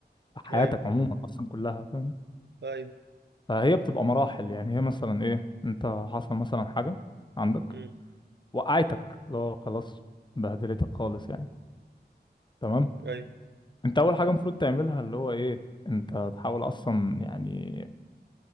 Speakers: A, on the left; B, on the right.
A: في حياتك
B: ايوه
A: عموما اصلا كلها فاهم
B: ايوه
A: فهي بتبقى مراحل يعني هي مثلا ايه انت حصل مثلا حاجة عندك
B: امم
A: وقعتك اللي هو خلاص بهدلتك خالص يعني تمام
B: ايوه
A: انت اول حاجة المفروض تعملها اللي هو ايه انت تحاول اصلا يعني